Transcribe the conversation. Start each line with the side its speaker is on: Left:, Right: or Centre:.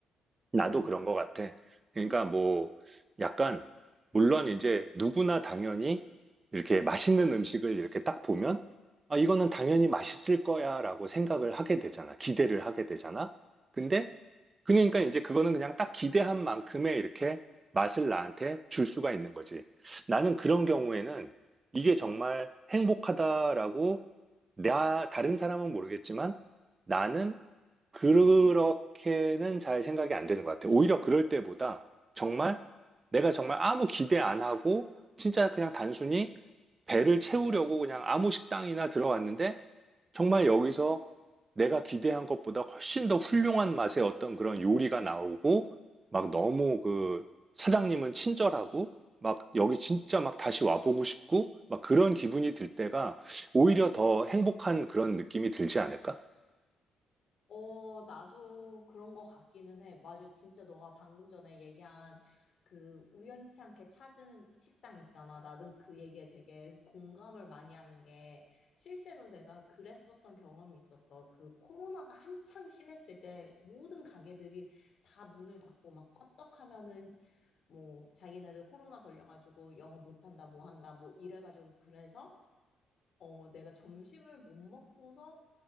Right: 나도
Left: 음.
Right: 그런 것 같아. 그러니까 뭐 약간 물론 이제 누구나 당연히 이렇게 맛있는 음식을 이렇게 딱 보면 아 이거는 당연히 맛있을 거야라고 생각을 하게 되잖아. 기대를 하게 되잖아. 근데 그러니까 이제 그거는 그냥 딱 기대한 만큼의 이렇게 맛을 나한테 줄 수가 있는 거지. 나는 그런 경우에는 이게 정말 행복하다라고 나 다른 사람은 모르겠지만 나는 그렇게는 잘 생각이 안 되는 것 같아요. 오히려 그럴 때보다 정말 내가 정말 아무 기대 안 하고 진짜 그냥 단순히 배를 채우려고 그냥 아무 식당이나 들어왔는데 정말 여기서 내가 기대한 것보다 훨씬 더 훌륭한 맛의 어떤 그런 요리가 나오고 막 너무 그 사장님은 친절하고 막 여기 진짜 막 다시 와보고 싶고 막 그런 기분이 들 때가 오히려 더 행복한 그런 느낌이 들지 않을까?
Left: 어, 나도 그런 거 같기는 해. 맞아. 진짜 너가 방금 전에 얘기한 그 우연치 않게 찾은 식당 있잖아. 나는 그 얘기에 되게 공감을 많이 하는 게 실제로 내가 그랬었던 경험이 있었어. 그 코로나가 한창 심했을 때 모든 가게들이 다 문을 닫고 막 껐떡하면은 뭐 자기네들 코로나 걸려가지고 영업 못한다, 뭐 한다, 뭐 이래가지고 그래서 어, 내가 점심을 못 먹고서